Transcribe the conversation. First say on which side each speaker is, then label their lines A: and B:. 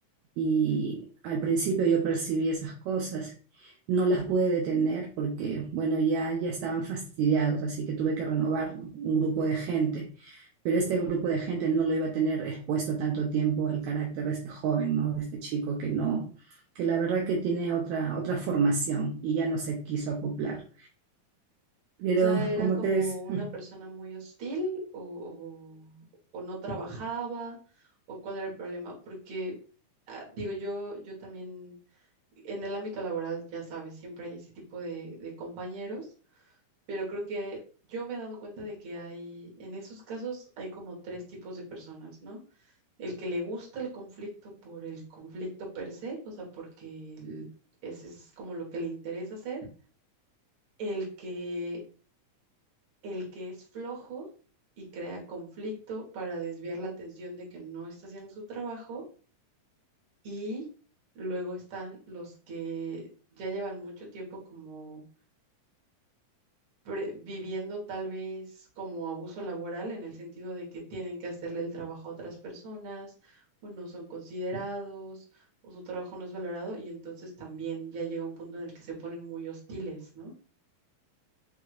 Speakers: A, on the right (about 75°); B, on the right (about 50°).
A: Y al principio yo percibí esas cosas. No las pude detener porque, bueno, ya, ya estaban fastidiados, así que tuve que renovar un grupo de gente pero este grupo de gente no lo iba a tener expuesto tanto tiempo el carácter de este joven, ¿no? De este chico que no, que la verdad que tiene otra, otra formación y ya no se quiso acoplar. Pero
B: O sea, era
A: como
B: como
A: te ves,
B: una
A: <laughs>
B: persona muy hostil o, o- o no trabajaba o cuál era el problema, porque ah, digo yo, yo también en el ámbito laboral, ya sabes, siempre hay ese tipo de, de compañeros pero creo que yo me he dado cuenta de que hay, en esos casos hay como tres tipos de personas, ¿no? El que le gusta el conflicto por el conflicto per se, o sea, porque el- ese es como lo que le interesa hacer, el que, el que es flojo y crea conflicto para desviar la atención de que no está haciendo su trabajo, y luego están los que ya llevan mucho tiempo como pre- viviendo tal vez como abuso laboral en el sentido de que tienen que hacerle el trabajo a otras personas o no son considerados o su trabajo no es valorado y entonces también ya llega un punto en el que se ponen muy hostiles, ¿no?